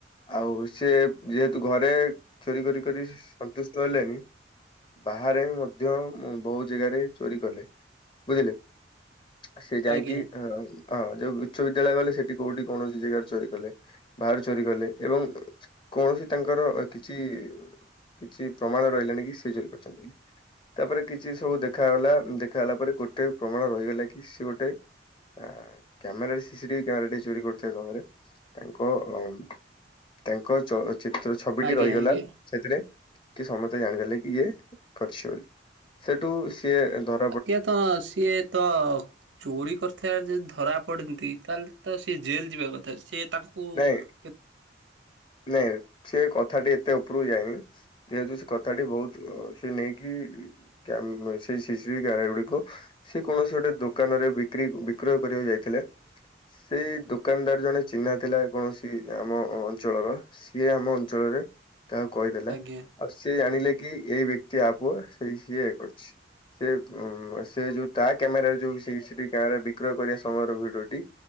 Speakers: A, on the left; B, on the right.
A: ଆଉ ସିଏ ଯେହେତୁ ଘରେ ଚୋରି କରି କରି ସନ୍ତୁଷ୍ଟ ହେଲେନି। ବାହାରେ ମଧ୍ୟ ବହୁ ଜାଗାରେ ଚୋରି କଲେ। ବୁଝିଲେ? ସେ ଯାଇଁକି
B: ଆଜ୍ଞା
A: ହଁ ହଁ ଯୋଉ ଉଚ୍ଚ ବିିଦ୍ୟାଳୟ ଗଲେ ସେଠି କୋଉଠି କୌଣସି ଜାଗାରେ ଚୋରି କଲେ। ବାହାରୁ ଚୋରି କଲେ ଏବଂ କୌଣସି ତାଙ୍କର କିଛି କିଛି ପ୍ରମାଣ ରହିଲାନି କି ସିଏ ଚୋରି କରିଛନ୍ତି। ତା ପରେ କିଛି ସବୁ ଦେଖାଗଲା ଦେଖା ଗଲା ପରେ ଗୋଟେ ପ୍ରମାଣ ରହିଗଲା କି ସିଏ ଗୋଟେ ଆଁ କ୍ୟାମେରାରେ C C T V camera ଟେ ଚୋରି କରୁଥିବା ସମୟରେ ତାଙ୍କ ଅ ଉଁ ତାଙ୍କ ଚ ଚିତ୍ର ଛବିଟି
B: ଆଜ୍ଞା
A: ରହିଗଲା।
B: ଆଜ୍ଞା
A: ସେଥିରେ କି ସମସ୍ତେ ଜାଣିଦେଲେ କି ଇଏ କରିଚି ବୋଲି। ସେଠୁ ସିଏ ଧର
B: ଆଜ୍ଞା ତ ସିଏ ତ ଚୋରି କରିଥିଲା ଯିଏ ଧରା ପଡନ୍ତି। ତାହେଲେ ତ ସିଏ ଜେଲ ଯିବା କଥା ସିଏ ତା
A: ନାଇଁ।
B: କେତ୍
A: ନାଇଁ ସେ କଥାଟି ଏତେ ଉପରକୁ ଯାଇନି। ଯେହେତୁ ସେ କଥାଟି ଅ ବହୁତ ସେ ନେଇକି କ୍ୟାମ୍ ସେଇ C C T V camera ଗୁଡ଼ିକ ସେ କୌଣସି ଗୋଟେ ଦୋକାନ ରେ ବିକ୍ରି ବିକ୍ରୟ କରିବାକୁ ଯାଇଥିଲେ। ସେଇ ଦୋକାନଦାର ଜଣେ ଚିହ୍ନା ଥିଲା କୌଣସି ଆମ ଅଞ୍ଚଳର ସିଏ ଆମ ଅଞ୍ଚଳରେ କାହାକୁ କହିଦେଲା।
B: ଆଜ୍ଞା
A: ଆଉ ସ ସେ ଜଣିଲେ କି ଏଇ ବ୍ୟକ୍ତି ଆ ପୁଅ ସେଇ ସିଏ ଏ କରଛି। ସେ ଉ ସେ ଯୋଉ ତା କ୍ୟାମେର ରେ ଯୋଉ କ୍ୟାମେରା ବିକ୍ରୟ କରିବା ସମୟର ଭିଡିଓଟି